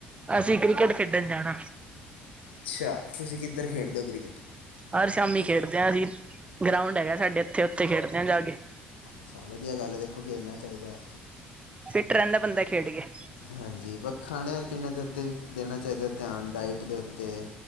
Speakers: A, on the right; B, on the left.
A: ਤੁਸੀਂ ਕ੍ਰਿਕਟ ਖੇਡਣ ਜਾਣਾ।
B: ਅੱਛਾ ਤੁਸੀਂ ਕਿੱਧਰ ਖੇਡਦੇ ਹੋ ਕ੍ਰਿਕਟ?
A: ਹਰ ਸ਼ਾਮੀ ਖੇਡਦੇ ਹਾਂ ਅਸੀਂ ਗਰਾਉਂਡ ਹੈਗਾ ਸਾਡੇ ਇੱਥੇ ਉੱਥੇ ਖੇਡਦੇ ਹਾਂ ਜਾ ਕੇ।
B: ਅੱਛਾ ਵਧੀਆ ਗੱਲ ਹੈ ਦੇਖੋ ਖੇਡਣਾ ਚਾਹੀਦਾ।
A: ਫਿੱਟ ਰਹਿੰਦਾ ਬੰਦਾ ਖੇਡ ਗਿਆ।
B: ਹਾਂਜੀ ਖਾਣੇ ਪੀਣ ਦੇ ਉੱਤੇ ਵੀ ਦੇਣਾ ਚਾਹੀਦਾ ਧਿਆਨ ਡਾਇਟ ਦੇ ਉੱਤੇ।